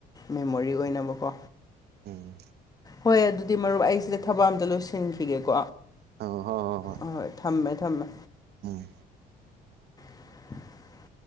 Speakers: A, on the left; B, on the right.
A: ꯃꯦꯃꯣꯔꯤ ꯑꯣꯏꯅꯕ ꯀꯣ
B: ꯎꯝ
A: ꯍꯣꯏ ꯑꯗꯨꯗꯤ ꯃꯔꯨꯞ ꯑꯩꯁꯤꯗ ꯊꯕꯛ ꯑꯝꯇ ꯂꯣꯏꯁꯟꯈꯤꯒꯦꯀꯣ
B: ꯑ ꯍꯣꯏ ꯍꯣꯏ ꯍꯣꯏ
A: ꯑꯣꯏ ꯊꯝꯃꯦ ꯊꯝꯃꯦ
B: ꯎꯝ
A: <unintelligible>